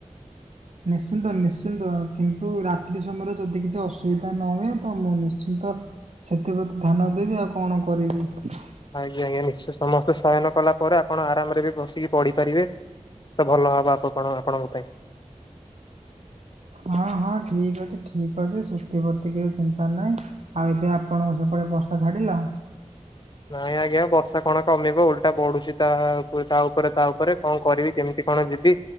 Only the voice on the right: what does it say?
ନିଶ୍ଚିନ୍ତ ନିଶ୍ଚିନ୍ତ କିନ୍ତୁ ରାତ୍ରି ସମୟରେ ଯଦି କିଛି ଅସୁବିଧା ନ ହୁଏ ତ ମୁଁ ନିଶ୍ଚିନ୍ତ ତ ସେଥିପ୍ରତି ଧ୍ୟାନ ଦେବି ଆଉ କଣ କରିବି।
ହଁ ହଁ ଠିକ ଅଛି ଠିକ ଅଛି ଶେଥିପ୍ରତି କିଛି ଚିନ୍ତା ନାହିଁ ଆଉ ଏବେ ଆପଣଙ୍କ <unintelligible> ବର୍ଷା ଛାଡ଼ିଲ?